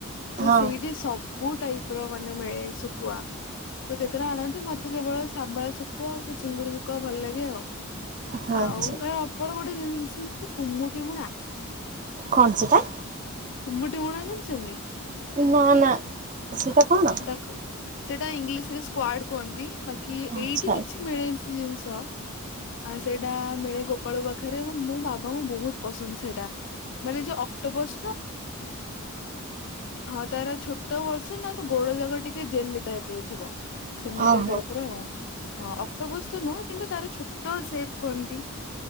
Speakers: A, on the left (about 60°); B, on the right (about 35°).
A: ତ
B: ହଁ
A: ସେଇଠି ସବୁ ଟାଇପର ମାନେ ମିଳେ। ସୁଖୁଆ, ତ କେତେଟା ଆଣନ୍ତି ନ କିନ୍ତୁ କେବଳ ଶାବଳ ସୁ ସୁକୁଆ ଆଉ ସେ ଚିଙ୍ଗୁଡି ଶୁକୁଆ ଭଲ ଲାଗେ ଆଉ
B: ହଁ ଆଚ୍ଛା
A: ଆଉ ଆପଣ କଣ <unintelligible> ତୁମି ତ କୁମ୍ମୁଟି ମୁୁଣା
B: କଣ ସେଟା?
A: କୁମୁଟି ମୁଣା ଜାଣିଛନ୍ତି।
B: ନା ନା ସେଇଟା କଣ?
A: ତାକୁ ସେଇଟା ଇଂଲିଶ ରେ ସ୍କୁଆଡ଼ କୁହନ୍ତି। କି
B: ଆଚ୍ଛା
A: ଏଇଠି କିଛି ମିଳେନ ଜିନିଷ ଆ ସେଇଟା ମିଳେ ଗୋପାଳ ପାଖରେ ମୁଁ ବାବ ହଁ ବହୁତ। ହଁ ଶୁଣ ସେଟା ମାନେ ଯୋଉ ଅକ୍ଟୋବସ ହଁ ତାର ଛୋ ଏତ ବର୍ଷୁ ନା ଗୋଡ ଜାଗା ଟିକେ ଜେଲ ହେଇଥିବ ସେମିତିଆ
B: ଓହୋ
A: ଟାଇପ ର ଆ ଅକ୍ଟୋବୋସ ତ ନୁହଁ କିନ୍ତୁ ତାର ଛୋଟ ସେପ କୁହନ୍ତି